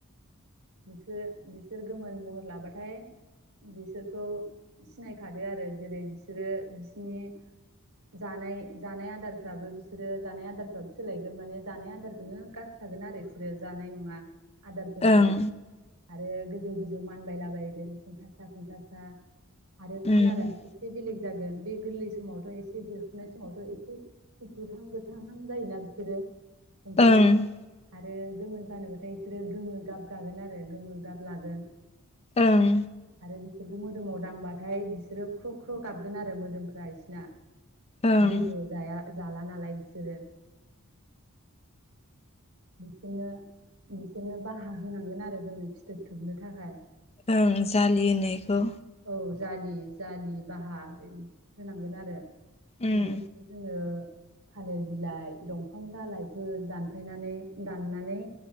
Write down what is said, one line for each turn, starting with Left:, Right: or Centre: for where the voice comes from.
Right: बिसोर बिसोर गोमोन महर लाबाथाय बिसोरखौ सिनायखादो आरो जेरै बिसोरो बिसिनि जानाय जानाय आदारफ्राबो बिसोरो जानाय आदारफ्राबो सोलायगोन माने जानाय आदारखौनो गास थागोन आरो इसोरो जानाय नंङा आदार फोरखौ
Left: ओं
Right: आरो गोजौ-गोजौ मानबायलाबायगोन खुन्थासा खुन्थासा आरो खालारा
Left: उम
Right: एसे बेलेग जागोन बे गोरलै समावथ' एसे देरफुनाय समावथ' एसे गुफुरहां गोथांहां जायोना बिसोरो एम्फौ
Left: ओं
Right: आ आरो गोमोन जानोबाथाय बिसोरो गोमो गाब गागोन आरो गोमो गाब लागोन
Left: ओं
Right: आरो बिसोरखौ मो मोदोमाव दांबाथाय बिसोरो ख्र' ख्र' गाबगोन आरो मोदोमफ्रा इसिना
Left: ओं
Right: जेबो जाया जाला नालाय बिसोरो बिसोरनो बिसोरनो बाहा होनांगोन आरो जोंङो फिथोब थोबनो थाखाय
Left: ओं जालिनिखौ
Right: औ जालि जालि बाहा होनांगोन आरो
Left: ओं
Right: बेफोरखौ जोंङो थालिर बिलाइ दंफां दालाइफोर दान <unintelligible> फायनानै दाननानै